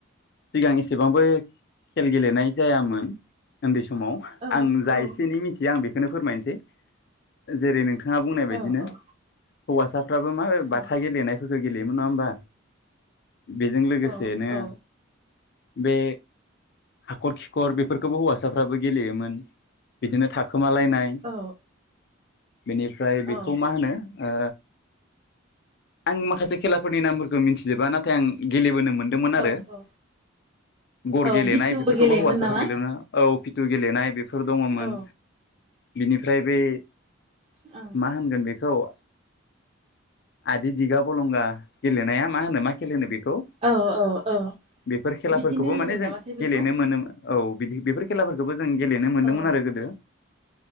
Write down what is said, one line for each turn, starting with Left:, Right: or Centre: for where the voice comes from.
Left: सिगां एसेबांबो खेल गेलेनाय जायामोन उन्दै सम समाव
Right: औ
Left: आं जा
Right: औ
Left: एसे एनै मिथियो आं बेखौ खौनो फोरमायनोसै जेरै नोंथ नोंथाङा बुंनाय बायदिनो
Right: औ औ
Left: हौवासा फाबो मा
Right: उम
Left: बाथा गेलेनायफोरखौ गेलेयोमोन नङा होनबा बेजों लोगोसेनो
Right: औ औ
Left: बे हाखर खिखर बेफोरखौबो हौवासाफ्राबो गेलेयोमोन बिदिनो थाखो खोमालायनाय
Right: औ
Left: बेनिफ्राय बेखौ
Right: औ
Left: मा होनो ओ आं माखासे खेलाफोरनि नाम मिथिजोबा नाथाय आं गेलेबोनो मोनो मोनदोंमोन आरो
Right: औ औ
Left: गर
Right: औ
Left: गेलेनाय
Right: बिटुबो
Left: बेफोरखौबो
Right: गेलेयोमोन
Left: हौवासाफोर
Right: नामा?
Left: गेलेनो औ फिथु गेलनाय बे फोर दंङमोन
Right: औ
Left: बिनिफ्राय बे
Right: औ
Left: मा होनगोन बेखौ औ आदि दिगा बलंगा गेलेनाया मा होनो मा खेल होनो बेखौ खौ
Right: औ औ औ
Left: बेफोर खेलाफोरखौबो
Right: बिदिनो होनोमोन
Left: माने जों
Right: नामाथाय बेखौ
Left: गेलेनो मोनोमोन औ बिदि बेफोर खेलाफोरखौबो जों गेलेनो मोन्दोंमोन
Right: औ
Left: आरो गोदो